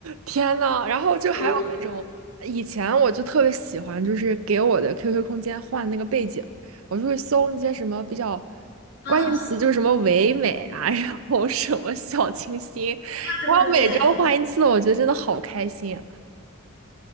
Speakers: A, on the right (about 85°); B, on the left (about 60°).
A: 天呐，然后就还有那种以前我就特别喜欢，
B: 就如果，
A: 就是给我的 QQ 空间换那个背景，我就会搜那些什么比较
B: 嗯，
A: 关键词，就是什么唯美啊，<laughs> 然后什么小清新，
B: 对对对对。
A: 然后每周换一次，我觉得真的好开心。